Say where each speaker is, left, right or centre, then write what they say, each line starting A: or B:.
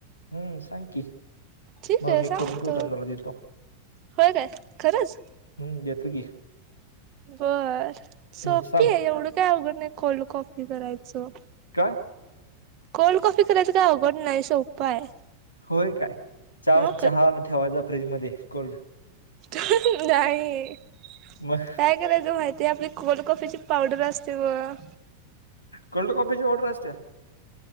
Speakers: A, on the left; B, on the right.
A: हम्मं सांगकी
B: ठीक
A: मंग
B: आहे
A: मी
B: सांगतो
A: करुंन ठेवतो आणि तुलां देतो
B: होय काय खरंच
A: हम्मं देतो की
B: बरं
A: हम्म
B: सोपी
A: सांग
B: आहे एवढं कायं अवघंड नाहीं कोल्डं कॉफी करायचं.
A: कायं
B: कोल्डं कॉफी करायचं कायं अवघंड नाहीं सोपांय आहे.
A: होयं कायं चहा
B: मग
A: चहा ठेवांयचा फ्रीजमध्यें कोल्डं-
B: नाही काय
A: मग
B: करायच माहितीये आपली- कोल्ड कॉफीची पावडर असते बघ
A: कोल्ड काॅफीची पावडर असत्या